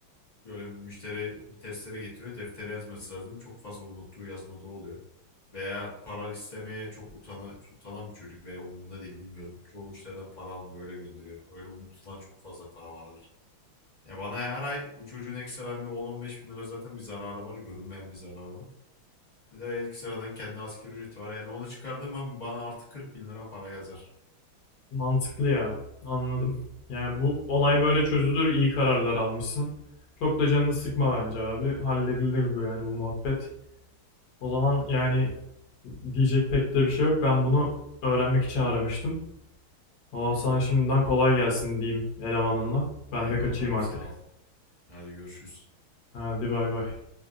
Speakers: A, on the left (about 25°); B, on the left (about 60°).
A: Böyle bir müşteri bir testere getiriyor. Deftere yazması lazım. Çok fazla unuttuğu yazmadığı oluyor. Veya para istemeye çok utana, utanan bir çocuk veya umurunda değil bilmiyorum. Çoğu müşteriden para almıyor öyle gönderiyor. Öyle unutulan çok fazla para vardır. Ya bana her ay bu çocuğun ekstradan bir 10-15 bin lira zaten bir zararı var. Görünmeyen bir zararı var. Bir de ekstradan kendi asgari ücreti var. Yani onu çıkardığım an bana artı 40 bin lira para yazar.
B: Mantıklı ya. Anladım. Yani bu olay böyle çözülür. iyi kararlar almışsın. Çok da canını sıkma bence abi. Halledilir bu yani bu muhabbet. O zaman yani diyecek pek de bir şey yok. Ben bunu öğrenmek için aramıştım. Valla sana şimdiden kolay gelsin diyeyim elemanınla.
A: Eyvallah
B: Ben de kaçayım artık.
A: sağ ol. Hadi görüşürüz.
B: Hadi bay bay.